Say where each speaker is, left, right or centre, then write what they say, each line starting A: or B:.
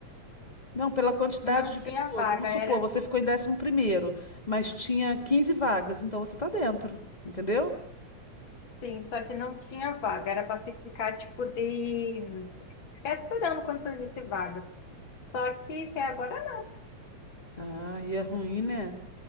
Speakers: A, on the left (about 20°); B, on the left (about 50°).
A: Não, pela quantidade
B: não
A: de
B: tinha
A: pessoas.
B: vaga,
A: Vamos
B: era
A: supor, você ficou em décimo primeiro, mas tinha 15 vagas, então você tá dentro, entendeu?
B: sim, só que não tinha vaga, era para ficar tipo de Ficar esperando quando surgisse vaga. Só que até agora não.
A: Ah, e é ruim, né?